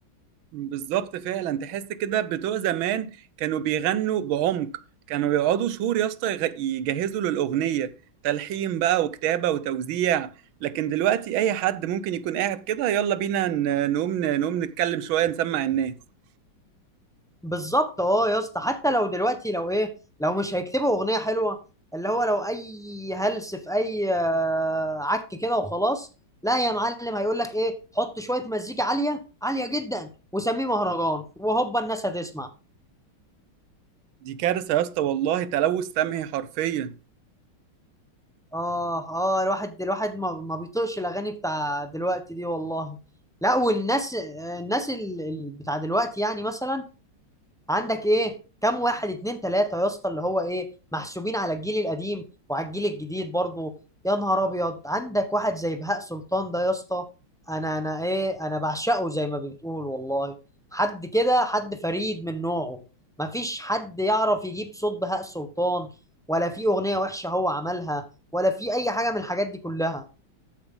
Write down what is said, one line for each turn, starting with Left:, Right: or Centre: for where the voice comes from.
Right: بالظبط فعلا تحس كده بتوع زمان كانوا بيغنوا بعمق كانوا يقعدوا شهور يا اسطى يغ- يجهزوا للأغنية تلحين بقى وكتابة وتوزيع لكن دلوقتي أي حد ممكن يكون قاعد كده يلا بينا ن- نقوم نقوم نتكلم شوية نسمع الناس
Centre: بالظبط اه يا اسطى حتى لو دلوقتي لو ايه لو مش هيكتبوا اغنيه حلوه اللي هو لو اي هلس في اي آه، عك كده وخلاص لا يا معلم هيقول لك ايه حط شويه مزيكا عاليه عاليه جدا وسميه مهرجان وهوبا الناس هتسمع
Right: دي كارثة يا اسطى والله تلوث سمعي حرفيا
Centre: اه اه الواحد الواحد ما, ما بيطيقش الاغاني بتاع دلوقتي دي والله لا والناس الناس ال- ال- بتاع دلوقتي يعني مثلا عندك ايه كم واحد اتنين تلاتة يا اسطى اللي هو ايه محسوبين على الجيل القديم وعلى الجيل الجديد برضه يا نهار ابيض عندك واحد زي بهاء سلطان ده يا اسطى انا انا ايه انا بعشقه زي ما بتقول والله حد كده حد فريد من نوعه مفيش حد يعرف يجيب صوت بهاء سلطان ولا في اغنية وحشة هو عملها ولا في اي حاجة من الحاجات دي كلها